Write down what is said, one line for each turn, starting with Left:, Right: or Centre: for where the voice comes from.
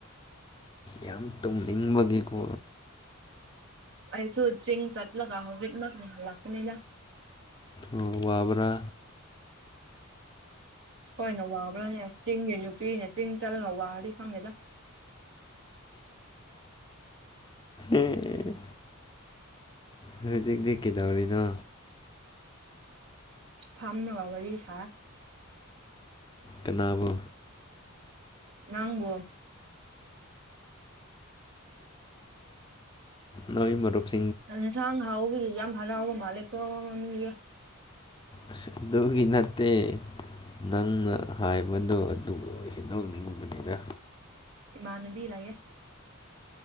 Left: ꯌꯥꯝ ꯇꯨꯝꯅꯤꯡꯕꯒꯤꯀꯣ
Right: ꯑꯩꯁꯨ ꯆꯤꯡ ꯆꯠꯂꯒ ꯍꯧꯖꯤꯛ ꯃꯛ ꯍꯟꯂꯛꯄꯅꯤꯗ
Left: ꯑꯣ ꯋꯥꯕ꯭ꯔ
Right: ꯍꯣꯏꯅ ꯋꯥꯕ꯭ꯔꯥꯅꯦ ꯇꯤꯡꯒꯤ ꯅꯨꯄꯤꯅ ꯇꯤꯡ ꯇꯜꯂꯒ ꯋꯥꯔꯗꯤ ꯈꯪꯗꯦꯗ
Left: ꯑꯦ ꯑꯦ ꯍꯧꯖꯤꯛꯇꯤ ꯀꯩꯗꯧꯔꯤꯅꯣ
Right: ꯐꯥꯝꯂꯒ ꯋꯥꯔꯤ ꯁꯥꯏ
Left: ꯀꯅꯥꯕꯨ
Right: ꯅꯪꯕꯨ
Left: ꯅꯣꯏ ꯃꯔꯨꯞꯁꯦ
Right: ꯌꯦꯟꯁꯥꯡ ꯍꯥꯎꯕꯒꯤ ꯌꯥꯝ ꯍꯔꯥꯎꯕ ꯃꯥꯂꯦꯀꯣ ꯃꯤꯗꯤ
Left: ꯑꯁ ꯑꯗꯨꯒꯤ ꯅꯠꯇꯦ ꯅꯪꯅ ꯍꯥꯏꯕꯗꯣ ꯑꯗꯨꯕꯨ ꯍꯦꯟꯗꯣꯛꯅꯤꯡꯕꯅꯤꯅ
Right: ꯏꯃꯥꯅꯕꯤ ꯂꯩꯌꯦ